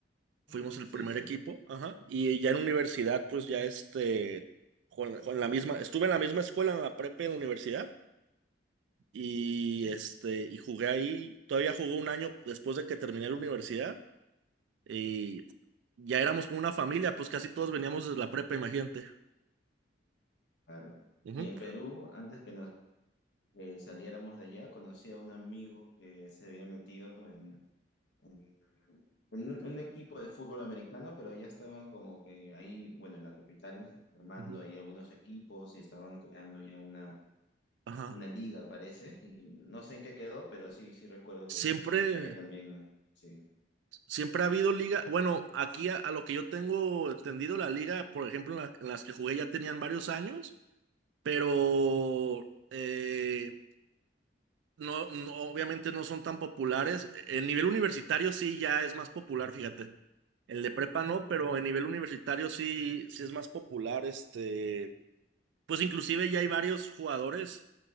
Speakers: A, on the left; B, on the right.
A: Ah,
B: fuimos el
A: sí,
B: primer
A: sí,
B: equipo, ajá, y ya en universidad, pues ya este, con, con la misma, estuve en la misma escuela, en la prepa y en la universidad, y
A: sí,
B: este, y jugué ahí, todavía jugué un año después de que terminé la universidad, y ya éramos como una familia, pues casi todos veníamos desde la prepa, imagínate.
A: claro.
B: Ujú,
A: Y en Perú, antes que nos eh, saliéramos de allá, conocí a un amigo que se había metido en, en- en un, un equipo de fútbol americano, pero ya estaban como que ahí, bueno, en la capital, armando
B: ujú,
A: ahí algunos equipos y estaban creando ya una,
B: Ajá.
A: una liga, parece. Y no sé en qué quedó, pero sí, sí recuerdo
B: Siempre,
A: que allá también, sí,
B: siempre ha habido liga, bueno, aquí a, a lo que yo tengo entendido, la liga, por ejemplo, en, la- en las que jugué ya tenían varios años, pero... eh, no, no, obviamente no son tan populares. E, En nivel universitario sí ya es más popular, fíjate. El de prepa no, pero en nivel universitario sí, sí es más popular. Este, pues inclusive ya hay varios jugadores